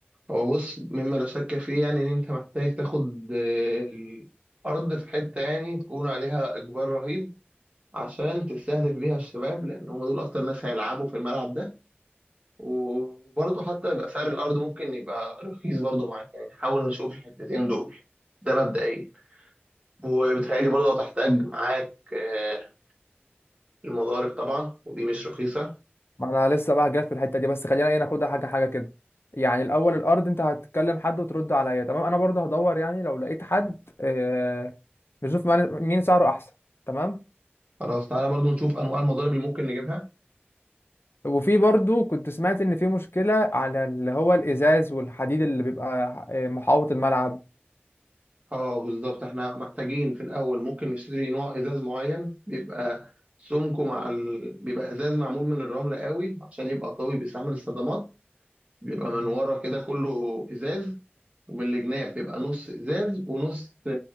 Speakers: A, on the right (about 35°); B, on the left (about 70°).
A: هو بص مما لا شك فيه يعني إن أنت محتاج تاخد آه، الأرض في حتة يعني تكون عليها إجبار رهيب عشان تستهدف بيها الشباب لأن هم دول أكتر ناس هيلعبوا في الملعب ده وبرضه حتى يبقى سعر الأرض ممكن يبقى رخيص برضه معاك يعني حاول نشوف الحتتين دول ده مبدئيا وبتهيألي برضه هتحتاج معاك آه، المضارب طبعا ودي مش رخيصة
B: ما انا لسه بقى جاي في الحتة دي بس خلينا ايه ناخدها حاجة حاجة كده يعني الاول الارض انت هتكلم حد وترد عليا تمام انا برضو هدور يعني لو لقيت حد آه نشوف مين مين سعره احسن تمام
A: خلاص تعالى برضه نشوف أنواع المضارب اللي ممكن نجيبها
B: وفي برضو كنت سمعت ان في مشكلة على اللي هو الازاز والحديد اللي بيبقى آه، محاوط الملعب
A: اه بالظبط احنا محتاجين في الأول ممكن نشتري نوع إزاز معين بيبقى سمكه مع ال... بيبقى إزاز معمول من الرمل قوي عشان يبقى قوي بيستحمل الصدمات بيبقى من ورا كده كله إزاز ومن الجناب بيبقى نص ازاز ونص آه،